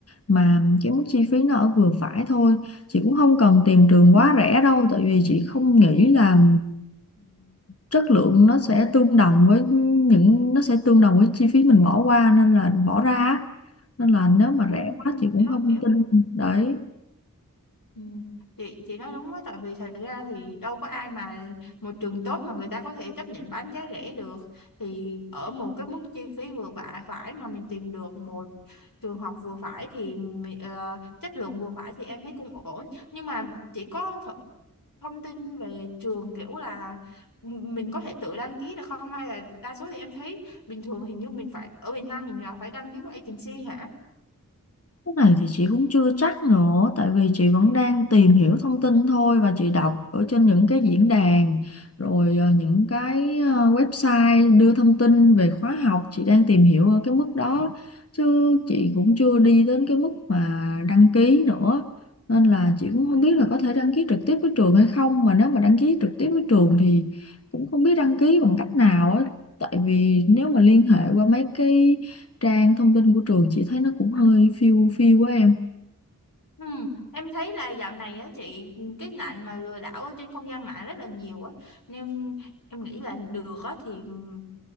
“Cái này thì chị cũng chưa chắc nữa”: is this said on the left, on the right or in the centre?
Left